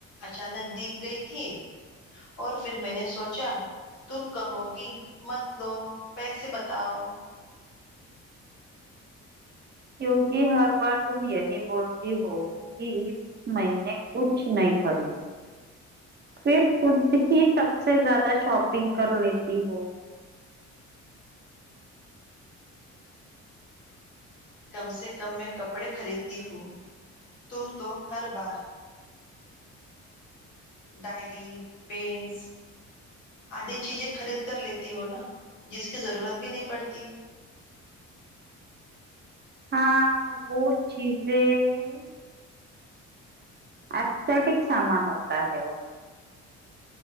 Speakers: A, on the left; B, on the right.
A: اچانک دکھ گئی تھی اور پھر میں نے سوچا تم کہو گی مت لو پیسے بتاؤ
B: کیونکہ ہر بار تم یہی بولتی ہو کہ اس مہینے کچھ نہیں خریدیں پھر خود ہی سب سے زیادہ شاپنگ کر لیتی ہو
A: کم سے کم میں کپڑے خریدتی ہوں تم تو ہر بار ڈائری پینس آدی چیزیں خرید کر لیتی ہو نا جس کی ضرورت بھی نہیں پڑتی
B: ہاں وہ چیزیں اچ <inaudible> سٹیک سامان ہوتا ہے